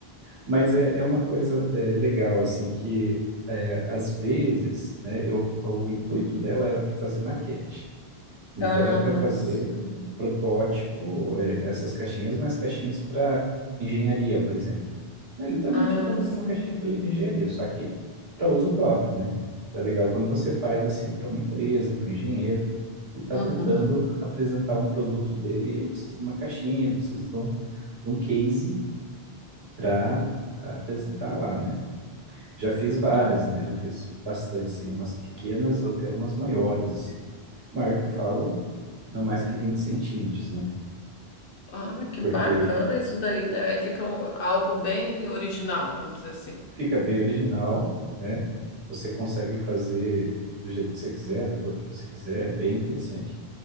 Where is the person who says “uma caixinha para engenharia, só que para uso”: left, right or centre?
Right